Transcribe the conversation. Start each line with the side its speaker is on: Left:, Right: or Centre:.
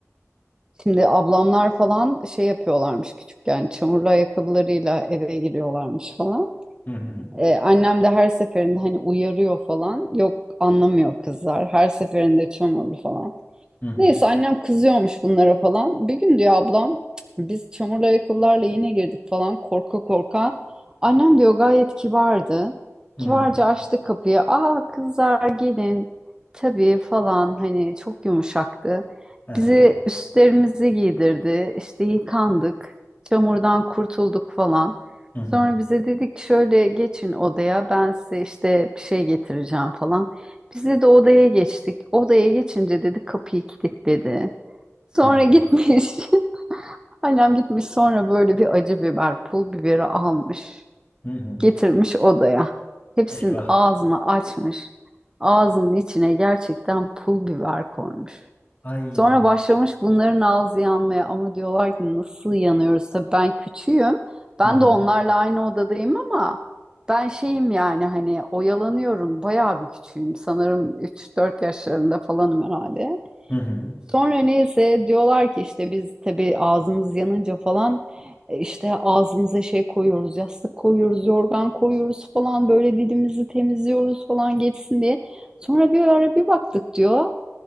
Right: Şimdi ablamlar falan şey yapıyorlarmış küçükken. Çamurlu ayakkabılarıyla eve giriyorlarmış falan.
Left: Hı hı.
Right: Ee, annem de her seferinde hani uyarıyor falan. Yok anlamıyor kızlar. Her seferinde çamurlu falan.
Left: Hı hı.
Right: Neyse annem kızıyormuş bunlara falan. Bir gün diyor ablam biz çamurlu ayakkabılarla yine girdik falan korka korka. Annem diyor gayet kibardı.
Left: Hı
Right: Kibarca
Left: hı.
Right: açtı kapıyı. Aa kızlar gelin. Tabii falan hani çok yumuşaktı.
Left: Hı hı.
Right: Bize üstlerimizi giydirdi. İşte yıkandık. Çamurdan kurtulduk falan.
Left: Hı hı.
Right: Sonra bize dedik ki şöyle geçin odaya ben size işte bir şey getireceğim falan. Bizi de odaya geçtik. Odaya geçince dedi kapıyı kilitledi. Sonra
Left: Hı hı.
Right: gitmiş. <laughs> Annem gitmiş sonra böyle bir acı biber, pul biberi almış.
Left: Hı hı.
Right: Getirmiş odaya. Hepsinin
Left: Eyvah.
Right: ağzını açmış. Ağzının içine gerçekten pul biber koymuş.
Left: Ay.
Right: Sonra başlamış bunların ağzı yanmaya ama diyorlar ki nasıl yanıyoruz? Tabii ben küçüğüm. Ben
Left: Hı hı.
Right: de onlarla aynı odadayım ama ben şeyim yani hani oyalanıyorum. Bayağı bir küçüğüm. Sanırım üç dört yaşlarında falanım herhalde.
Left: Hı hı.
Right: Sonra neyse diyorlar ki işte biz tabii ağzımız yanınca falan e, işte ağzımıza şey koyuyoruz, yastık koyuyoruz, yorgan koyuyoruz falan böyle dilimizi temizliyoruz falan geçsin diye. Sonra bir ara bir baktık diyor.